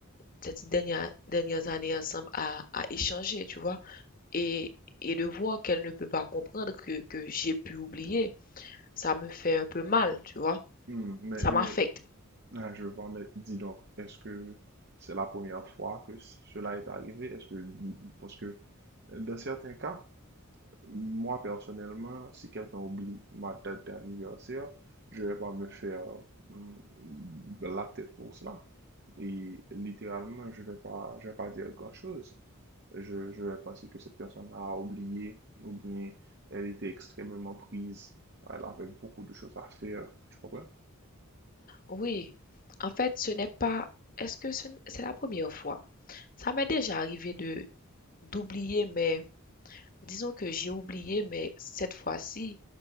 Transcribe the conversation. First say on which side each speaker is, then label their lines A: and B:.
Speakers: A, on the left (about 40°); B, on the right (about 50°).
A: ces 10 dernières, dernières années ensemble à, à échanger, tu vois. et et de voir qu'elle ne peut pas comprendre que, que j'ai pu oublier, ça me fait un peu mal, tu vois.
B: Hmm, mais,
A: Ça
B: mais
A: m'affecte.
B: ah, je vois, mais dis donc, est-ce que c'est la première fois que c- cela est arrivé? Est-ce que, parce que dans certains cas, Moi, personnellement, si quelqu'un oublie ma date d'anniversaire, je ne vais pas me faire mm, de la tête pour cela. Et littéralement, je ne vais pas, je vais pas dire grand-chose. Je, je vais penser que cette personne a oublié ou bien elle était extrêmement prise. Elle avait beaucoup de choses à faire. Tu comprends?
A: Oui, en fait, ce n'est pas... Est-ce que ce c'est la première fois? Ça m'est déjà arrivé de d'oublier, mais disons que j'ai oublié, mais cette fois-ci,